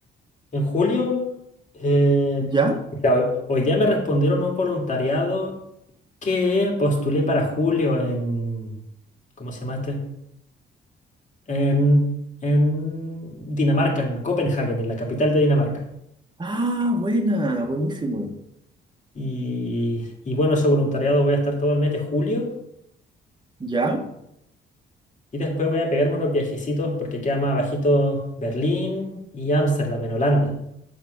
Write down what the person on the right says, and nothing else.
¿Ya?
Ah, buena, buenísimo.
¿Ya?